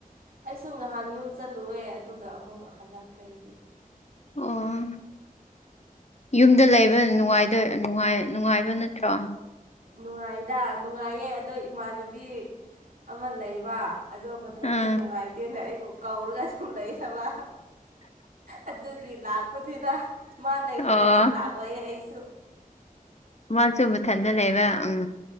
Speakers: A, on the right; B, on the left.
A: ꯑꯩꯁꯨ ꯉꯥꯍꯥꯟ ꯌꯨꯝ ꯆꯠꯂꯨꯋ‌ꯦ ꯑꯗꯨꯒ ꯑꯃꯨꯛ ꯍꯜꯂꯛꯈ꯭ꯔꯦ ꯑꯩꯗꯤ
B: ꯑꯣ ꯌꯨꯝꯗ ꯂꯩ ꯕ ꯅꯨꯡꯉꯥꯏꯗ‌ꯣꯏ ꯅꯨꯡꯉꯥꯏ ꯅꯨꯡꯉꯥꯏꯕ ꯅꯠꯇ꯭ꯔꯣ
A: ꯅꯨꯡꯉꯥꯏꯗꯥ ꯅꯨꯡꯉꯥꯏꯌꯦ ꯑꯗꯣ ꯏꯃꯥꯟꯅꯕꯤ ꯑꯃ ꯂꯩꯕꯥ ꯑꯗꯣ ꯃꯊꯟꯇ
B: ꯑꯥ
A: ꯅꯨꯡꯉꯥꯏꯇꯦꯅꯥ ꯑꯩꯕꯨ ꯀꯧꯔꯒ ꯑꯗꯨꯝ ꯂꯩꯔꯕꯥ ꯑꯗꯨꯒꯤ ꯂꯥꯛꯄꯅ‌ꯦꯗꯥ ꯃꯥ ꯂꯩꯇ꯭ꯔꯗꯤ
B: ꯑꯣ
A: ꯂꯥꯛꯑꯣꯏ ꯑꯩꯁꯨ
B: ꯃꯥꯁꯨ ꯃꯊꯟꯇ ꯂꯩꯕ ꯎꯝ